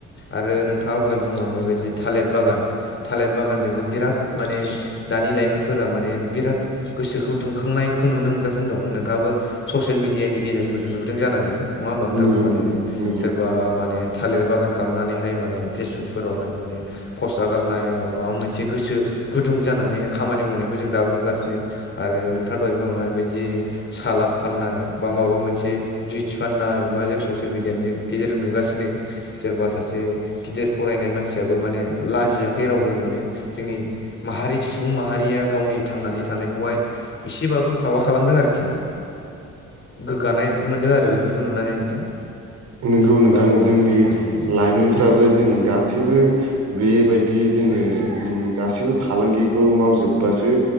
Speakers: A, on the left; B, on the right.
A: आरो नोंथाङा दहाय बुंलांनाय बायदि थालिर बागान थालिर बागानजोंबो बिराद माने दानि लाइमोनफोरा माने बिराद गोसोखौ दुंखांनायखौ नुनो मोनगासिनो दं। नोंथाङाबो ससियेल मेडियानि गेजेरफोर नुदों जानांगौ। नङा होमबा नोंथां।
B: नंगौ
A: माने
B: नंगौ
A: सोरबा
B: नंगौ
A: माने थालिर बागान खालाम खालामनानै हाय माने फेसबुकफोरावहाय मान फस्ट आगारनाय बा माबा मोनसे थि गोसो गुदुं जानानैहाय खामानि मावनायखौ जों दाबो नुगासिनो आरो नोंथाङा दहाय बांनायबायदि सालाद फाननाय बा माबा मोनसे। जुइस फाननाय बा जों ससियेल मिडियानि जों गेजेरजों नुगासिनो सोरबा सासे गिदिर फरायनाय मानसियाबो माने लाजियाखै रावबो माने। जोंनि माहारि सुबुं माहारिया गावनि थांनानै था- थानायखौहाय एसेबाबो माबा खालामदों आरोखि। गोग्गानाय मोनदों आरो बेफोरखौ नुनानै नोंथां।
B: नंगौ
A: होनबाथ'
B: नोंथां
A: नंगौ
B: जोंनि
A: नोंथां जोंनि
B: लाइमोनफ्राबो जों गासैबो बेबायदि जोङो ओम गासिबो फालांगिखौ मावजोबबासो